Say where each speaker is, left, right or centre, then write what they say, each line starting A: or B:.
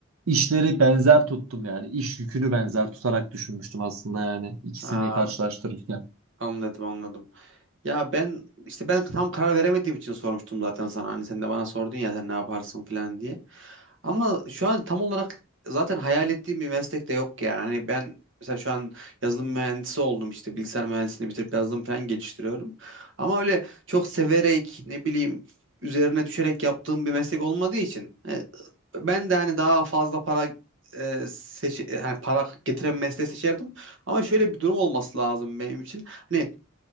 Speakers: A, on the right; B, on the right.
A: İşleri benzer tuttum yani. İş yükünü benzer tutarak düşünmüştüm aslında yani ikisini
B: Aa,
A: karşılaştırırken.
B: anladım anladım. Ya ben işte ben tam karar veremediğim için sormuştum zaten sana. Hani sen de bana sordun ya sen ne yaparsın falan diye. Ama şu an tam olarak zaten hayal ettiğim bir meslek de yok yani. Hani ben mesela şu an yazılım mühendisi oldum işte bilgisayar mühendisliğini bitirip yazılım falan geliştiriyorum. Ama öyle çok severek ne bileyim üzerine düşerek yaptığım bir meslek olmadığı için e, ben de hani daha fazla para e, seç- e, hani para getiren mesleği seçerdim. Ama şöyle bir durum olması lazım benim için. Hani